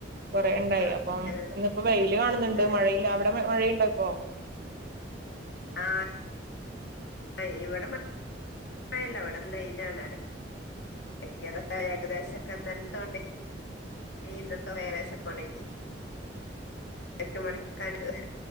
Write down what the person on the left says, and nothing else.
ആഹ്
ഏഹ്
ഇന്നലെ
ആഹ് ആ ഇവടെ മഴല്ല ഇവടെ വെയിലാണ് എത്തിയതൊക്കെ ഏകദേശൊക്കെ ഇന്നൽത്തെ <unintelligible> ഇന്നത്തതും ഏകദേശൊക്കൊണങ്ങി തൊക്കെ മടക്യെക്കാന്